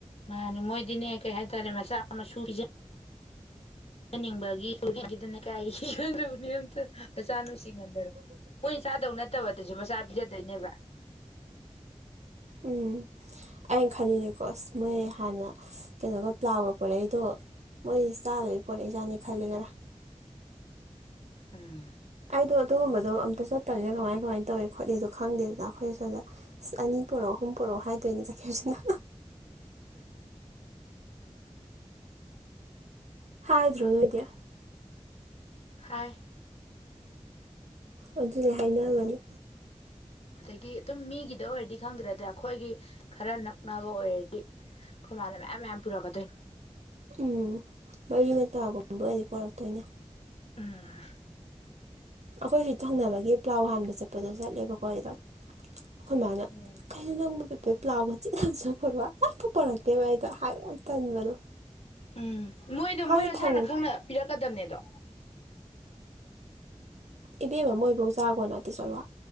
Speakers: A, on the left (about 60°); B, on the right (about 70°).
A: ꯃꯥꯅꯦ ꯃꯣꯏꯗꯤꯅꯦ ꯀꯩ ꯍꯥꯏꯇꯥꯔꯦ ꯃꯆꯥ ꯃꯁꯨꯖꯅꯤꯡꯕꯒꯤꯗꯅ ꯀꯥꯏꯗꯕꯅꯤ ꯑꯇ ꯆꯥꯅꯅꯨꯡ ꯁꯤꯃꯟꯗꯅ ꯃꯣꯏ ꯆꯥꯗꯧ ꯅꯠꯇꯕ ꯑꯗꯨꯁꯨ ꯃꯆꯥ ꯄꯖ ꯇꯅꯦꯕ
B: ꯎꯝ ꯑꯩꯅ ꯈꯜꯂꯤꯅꯦꯀꯣ ꯑꯁ ꯃꯣꯏ ꯍꯥꯟꯅ ꯀꯩꯅꯣꯒ ꯄ꯭ꯂꯥꯎꯒ ꯄꯣꯠꯛꯏꯗꯣ ꯃꯣꯏ ꯆꯥꯗꯒꯤ ꯄꯣꯠꯛꯏꯖꯥꯠꯅꯤ ꯈꯜꯂꯤ ꯈꯔꯥ
A: ꯎꯝ
B: ꯑꯩꯗꯣ ꯑꯗꯨꯒꯨꯝꯕꯗꯣ ꯑꯝꯇ ꯆꯠꯇꯅꯤꯅ ꯀꯃꯥꯏ ꯀꯃꯥꯏꯅ ꯇꯧꯏꯤ ꯈꯣꯠꯂꯤꯗꯣ ꯈꯪꯗꯦꯗꯅ ꯑꯩꯈꯣꯏꯁꯨ ꯑꯗ ꯑꯅꯤ ꯄꯣꯔꯛ ꯑꯍꯨꯝ ꯄꯣꯔꯛ ꯍꯥꯏꯗꯣꯏꯅꯦ ꯆꯠꯈꯤꯕꯁꯤꯅ ꯍꯥꯏꯗ꯭ꯔꯣ ꯅꯣꯏꯗꯤ
A: ꯍꯥꯏ
B: ꯑꯗꯨꯅꯤ ꯍꯥꯏꯅꯕꯅꯤ
A: ꯑꯗꯒꯤ ꯑꯗꯨꯝ ꯃꯤꯒꯤꯗ ꯑꯣꯏꯔꯗꯤ ꯈꯪꯗ꯭ꯔꯦ ꯑꯗ ꯑꯩꯈꯣꯏꯒꯤ ꯈꯔ ꯅꯛꯅꯕ ꯑꯣꯏꯔꯗꯤ ꯑꯩꯈꯣꯏ ꯃꯥꯅ ꯃꯌꯥꯝ ꯃꯌꯥꯝ ꯄꯨꯔꯛꯀꯗꯣꯏ
B: ꯎꯝ ꯃꯔꯤ ꯃꯇꯥꯒꯨꯝꯕ ꯑꯣꯏꯗꯤ ꯄꯂꯛꯇꯣꯏꯅꯦ
A: ꯎꯝ
B: ꯑꯩꯈꯣꯏꯁꯨ ꯊꯪꯅꯕꯒꯤ ꯄ꯭ꯂꯥꯎ ꯍꯥꯟꯕ ꯆꯠꯄꯗꯣ ꯆꯠꯂꯦꯕꯀꯣ ꯑꯩꯗꯣ ꯑꯩꯈꯣꯏ ꯃꯥꯅ
A: ꯎꯝ
B: ꯀꯥꯏꯅ ꯅꯪꯕ ꯂꯥꯎꯕ ꯄꯨꯔꯛꯑꯣ ꯉꯝꯇ ꯄꯨꯣꯔꯛꯇꯦꯕ ꯑꯩꯗꯣ ꯍꯥꯏꯌ ꯌꯥꯝ ꯇꯟꯕꯗꯣ
A: ꯎꯝ ꯃꯣꯏꯗꯣ
B: ꯍꯥꯏꯗꯤ
A: ꯃꯣꯏ ꯃꯁꯥꯅ
B: ꯊꯪ
A: ꯈꯪꯅ ꯄꯤꯔꯛꯀꯗꯕꯅꯦꯗꯣ
B: ꯏꯕꯦꯝꯕ ꯃꯣꯏꯐꯧ ꯆꯥꯀꯣꯟ ꯅꯠꯇꯦ ꯆꯠꯂꯨ